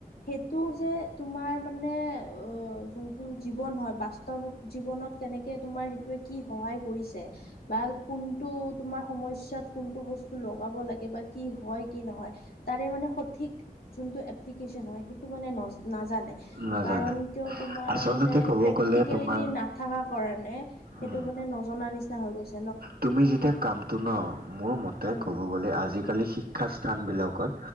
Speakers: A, on the left (about 75°); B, on the right (about 80°).
A: সেইটো যে, তোমাৰ মানে অ', যোনটো জীৱন হয়, বাস্তৱ জীৱনত কেনেকে তোমাৰ সেইটোৱে কি সহায় কৰিছে, বা কোনটো তোমাৰ সমস্যাত কোনটো বস্তু লগাব লাগে, বা কি হয়, কি নহয়, তাৰে মানে সঠিক যোনটো এপ্লিকেচন হয়, সেইটো মানে নজ-নাজানে। কাৰণ
B: নাজানে
A: কিয়, তোমাৰ
B: আচলতে
A: মানে
B: ক'ব
A: প্ৰেক্টিকেলিটি
B: গ'লে তোমাৰ
A: নাথাকা কাৰনে সেইটো
B: উম,
A: মানে নজনা নিচিনা হৈ গৈছ
B: তুমি যেতিয়া কামটো ন? মোৰ মতে
A: উম
B: ক'ব গ'লে আজিকালি শি শিক্ষা স্থানবিলাকত